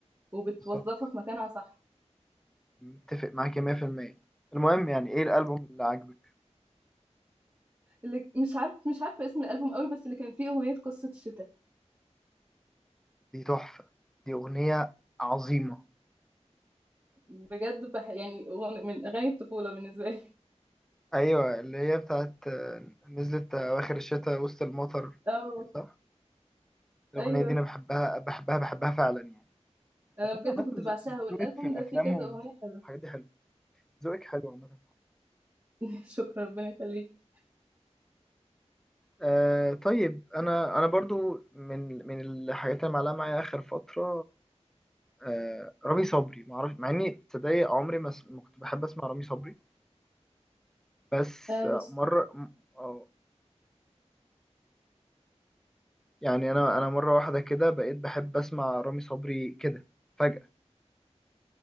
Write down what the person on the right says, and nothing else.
وبتوظفها
في مكانها صح
اللي مش عارف مش عارفه اسم الالبوم قوي بس اللي كان فيه اغنيه قصه شتاء
بجد بح يعني أغنية- من اغاني الطفوله بالنسبه لي
اه
ايوه
انا
بجد
كنت
بعشقها والالبوم
ده فيه كذا
اغنيه حلوه
<laughs> شكرا ربنا يخليك
آه،
مش